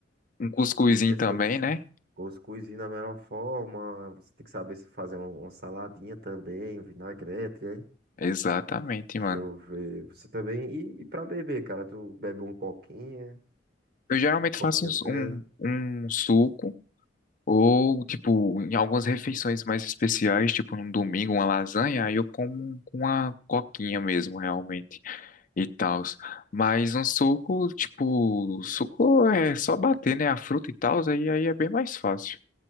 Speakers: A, on the left; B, on the right.
A: Um cuscuzinho
B: pessoa
A: também,
B: dizia,
A: né?
B: cuscuzinho da melhor forma, você tem que saber se fazer um- uma saladinha também, um vinagrete, hein?
A: Exatamente, mano.
B: Deixa eu ver. Você também. E, e pra beber, cara, tu bebe um coquinha,
A: Eu geralmente
B: coquinha
A: faço uns-
B: zero.
A: um, um suco. Ou, tipo, em algumas refeições mais especiais, tipo num domingo, uma lasanha, aí eu como um, com uma coquinha mesmo, realmente, e tal. Mas um suco, tipo, suco é só bater, né, a fruta e tal, aí, aí é bem mais fácil.